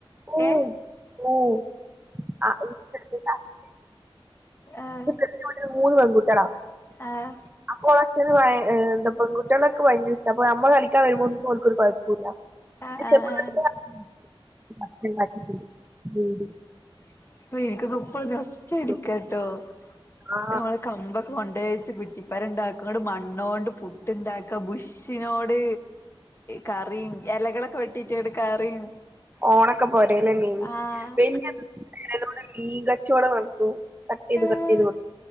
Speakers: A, on the right (about 20°); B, on the left (about 25°).
A: ഓഹ്
B: ഏഹ്
A: ഓഹ് <unintelligible>
B: ആഹ്
A: <unintelligible> മൂന്ന് പെങ്കുട്ടിയാളാ.
B: ആഹ്
A: അപ്പ ഓളെ അച്ഛെന് ഭയ ഏഹ് എന്താ പെങ്കുട്ടിയാളൊക്കെ ഭയങ്കര ഇഷ്ടാ. അപ്പ ഞമ്മെൾ കളിക്കാൻ വെരുമ്പം ഒന്നും ഓൽക്കൊരു കൊഴപ്പും ഇല്ല.
B: ആഹ്
A: <unintelligible>
B: ആഹ്
A: ഉം
B: <unintelligible> നൊസ്റ്റു ഇട്ക്ക
A: തൊട്ടേ
B: ട്ടോ
A: ആ
B: ഇന്നെട്ട് നമ്മെൾ കമ്പ് കൊണ്ടോയ് വെച്ച് കുറ്റിപ്പെര ഇണ്ടാക്കും ഇന്നെട്ട് മണ്ണോണ്ട് പുട്ട് ഇണ്ടാക്കാ ബുഷിനോട് കറിം എലകളൊക്കെ വെട്ടിട്ടാണ്ട് കറിം
A: ഓണൊക്കെ പോരേലെന്നേനി
B: ആഹ്
A: <unintelligible> ടെ മീൻ കച്ചോടം നടത്തൂ കട്ടെയ്ത്
B: ഏഹ്
A: കട്ടെയ്ത് കൊട്